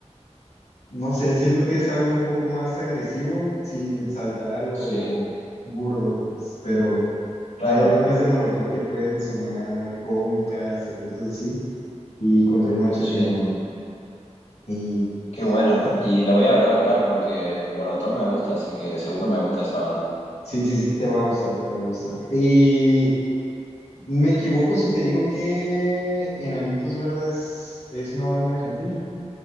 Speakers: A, on the left; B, on the left.
A: no sé, siento que es algo un poco más agresivo sin saltar a lo
B: Sí,
A: burdo, pues, pero
B: claro,
A: hay algunas de Molotov que pueden sonar cómicas o cosas así y Control Machete
B: sí.
A: no, no. Y
B: Qué bueno.
A: ta-
B: Y la voy a rebuscar porque Molotov me gusta, así que seguro me gusta esa banda.
A: sí, sí, sí, te va a gustar, te va a gustar. Y me equivoco si te digo que Enanitos Verdes es una banda argentina.